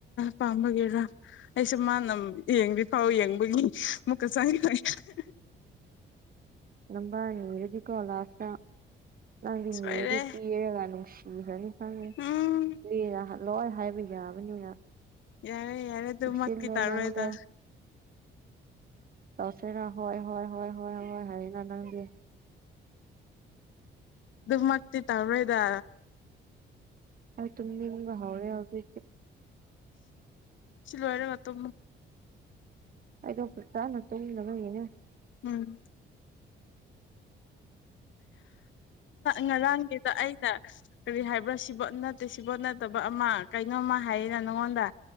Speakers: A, on the left; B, on the right.
A: ꯄꯥꯝꯕꯒꯤꯦꯔꯥ ꯑꯩꯁꯨ ꯃꯥꯅ ꯌꯦꯡꯗ ꯐꯥꯎ ꯌꯦꯡꯕꯒꯤ ꯃꯨꯛꯀ ꯆꯪꯉ <unintelligible>
B: ꯅꯝꯕ ꯅꯔꯗꯤꯀꯣ ꯂꯥꯥꯁꯗꯗꯤ
A: ꯁꯣꯏꯔꯦ
B: ꯅꯔꯇꯦ ꯀꯤꯈ꯭ꯔꯅꯤ ꯈꯪꯉꯤ
A: ꯎꯝ
B: ꯅꯅ ꯂꯣꯏ ꯍꯥꯏꯕ ꯌꯥꯕꯅꯤꯅ
A: ꯌꯥꯔꯦ ꯌꯥꯔꯦ ꯑꯗꯨꯃ
B: ꯆꯦꯛꯁꯤꯜꯂꯣ
A: ꯀꯤ ꯇꯔꯋꯥꯣꯏꯗ
B: ꯅꯪꯗꯣ ꯇꯁꯦꯔ ꯍꯣꯏ ꯍꯣꯏ ꯍꯣꯏ ꯍꯣꯏ ꯍꯣꯏ ꯍꯥꯏꯅꯥ ꯅꯪꯦ
A: ꯑꯗꯨꯃꯛꯇꯤ ꯇꯧꯔꯣꯏꯗ
B: ꯑ ꯇꯨꯝ ꯍꯥꯎꯅꯦꯦ ꯑꯕꯦ
A: ꯁꯤꯂꯋꯥꯔ ꯄꯠꯇꯕ
B: ꯑꯩꯗꯣ ꯄꯨ ꯆꯥ ꯅ ꯇꯨꯡꯗꯅꯣꯏꯒꯅꯦ
A: ꯎꯝ ꯉꯔꯥꯡꯒꯤꯗꯣ ꯑꯩꯅ ꯀꯔꯤ ꯍꯥꯏꯕ꯭ꯔꯥ ꯁꯤꯕꯣꯠ ꯅꯠꯇꯦ ꯁꯤꯕꯣꯠ ꯅꯠꯇꯕ ꯑꯃ ꯀꯩꯅꯣꯝꯃ ꯍꯥꯏꯔꯤꯅ ꯅꯪꯉꯣꯟꯗ